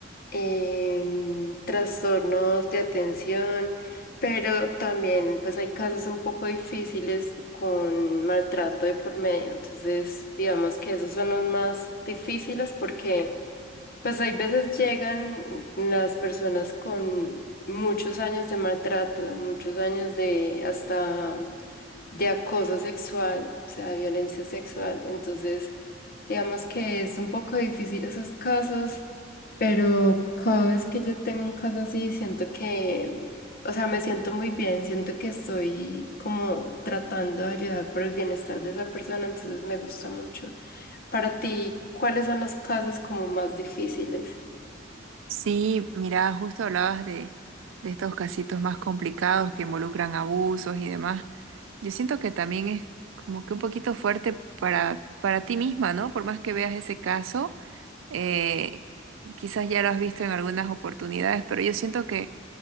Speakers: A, on the left; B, on the right.
A: em, trastornos de atención, pero también pues hay casos un poco difíciles con maltrato de por medio. Entonces, digamos que esos son los más difíciles porque pues hay veces llegan las personas con muchos años de maltrato, de muchos años de hasta de acoso sexual, o sea, violencia sexual. Entonces, digamos que es un poco difícil esos casos pero cada vez que yo tengo un caso así, siento que, o sea, me siento muy bien, siento que estoy como tratando de ayudar por el bienestar de esa persona, entonces me gusta mucho. Para ti, ¿cuáles son los casos como más difíciles?
B: Sí, mira, justo hablabas de, de estos casitos más complicados que involucran abusos y demás. Yo siento que también es como que un poquito fuerte para, para ti misma, ¿no? Por más que veas ese caso, eh, quizás ya lo has visto en algunas oportunidades, pero yo siento que,